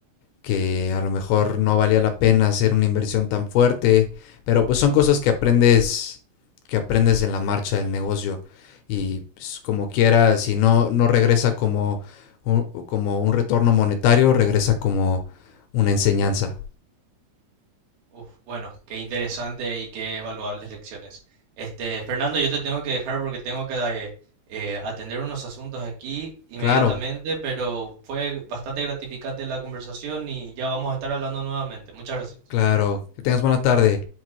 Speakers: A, on the left; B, on the right.
A: que a lo mejor no valía la pena hacer una inversión tan fuerte, pero pues son cosas que aprendes que aprendes en la marcha del negocio y pues, como quiera, si no no regresa como un, como un retorno monetario, regresa como una enseñanza.
B: Uf, bueno, qué interesante y qué valuables lecciones. Este, Fernando, yo te tengo que dejar porque tengo que eh, eh, atender unos asuntos aquí inmediatamente,
A: Claro,
B: pero fue bastante gratificante la conversación y ya vamos a estar hablando nuevamente. Muchas gracias.
A: claro. Que tengas buena tarde.